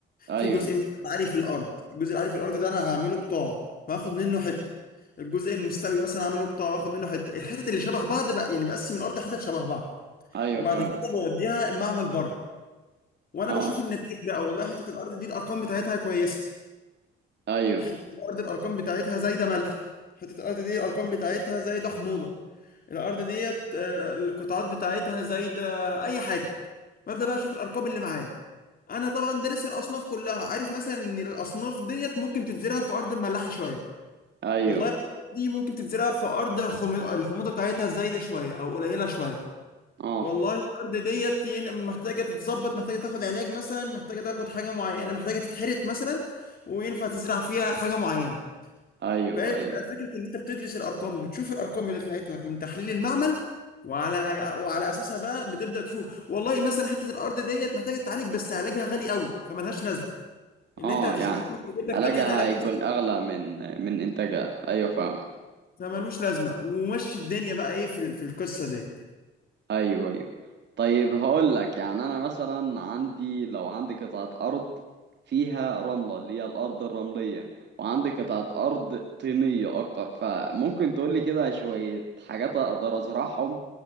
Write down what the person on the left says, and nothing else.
في جزء مثلا عالي في الارض الجزء العالي في الارض ده انا هعمله قطاع وهاخد منه حته الجزء المستوي مثلا هعمله قطاع واخد منه حته الحتت اللي شبه بعض بقى يعني بقسم الارض حتت شبه بعض
وبعد
كده بوديها المعمل بره وانا
بشوف النتائج بقى والله حته الارض دي الارقام بتاعتها كويسه
حته الارض الارقام بتاعتها زايده ملح حته الارض دي الارقام بتاعتها زايده حموضه الارض ديت آه، القطاعات بتاعتها زايده اي حاجه ببدا بقى اشوف الارقام اللي معايا انا طبعا دارس الاصناف كلها عارف مثلا ان الاصناف ديت ممكن تتزرع في ارض مملحه شويه
والله الاصناف دي ممكن تتزرع في ارض حم- الحموضه بتاعتها زايده شويه او قليله شويه
والله الارض ديت يعني محتاجه تتظبط محتاجه تاخد علاج مثلا محتاجه تاخد حاجه معينه محتاجه تتحرث مثلا وينفع تزرع فيها حاجه معينه
فتبقى
فكره ان انت بتدرس الارقام وبتشوف الارقام اللي طلعت لك من تحليل المعمل وعلى وعلى اساسها بقى بتبدا تشوف والله مثلا حته الارض ديت محتاجه تعالج بس علاجها غالي قوي فملهاش لازمه اللي
انت هتزرعه
مش هيجيب
لك ثمن العلاج
أصلاً،
فملوش لازمه ومشي الدنيا بقى ايه في ال- في القصه ديت